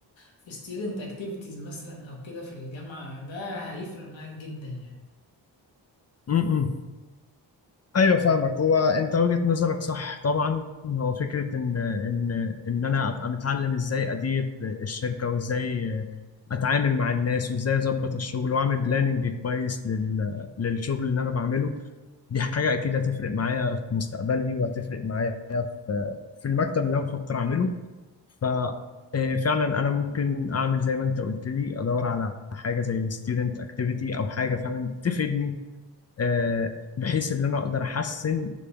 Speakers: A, on the left (about 80°); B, on the left (about 35°).
A: في student activities مثلا أو كده في الجامعة ده هيفرق معاك جدا يعني
B: امم ايوه فاهمك هو انت وجهة نظرك صح طبعا هو فكرة ان ان ان انا ابقى متعلم ازاي ادير الشركة وازاي اتعامل مع الناس وازاي اظبط الشغل واعمل بلاننج كويس لل للشغل اللي انا بعمله دي حاجة اكيد هتفرق معايا في مستقبلي وهتفرق معايا في في المكتب اللي انا بفكر اعمله ف آه، فعلا انا ممكن اعمل زي ما انت قلت لي ادور على حاجه زي student activity او حاجه فعلا تفيدني آه، بحيث ان انا اقدر احسن